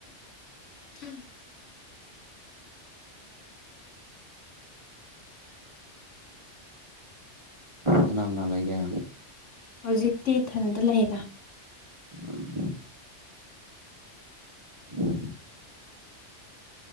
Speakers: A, on the left; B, on the right.
A: ꯎꯝ
B: ꯀꯅꯥ ꯀꯅꯥ ꯂꯩꯒ
A: ꯍꯧꯖꯤꯛꯇꯤ ꯊꯟꯗ ꯂꯩꯗ
B: ꯎꯝ ꯎ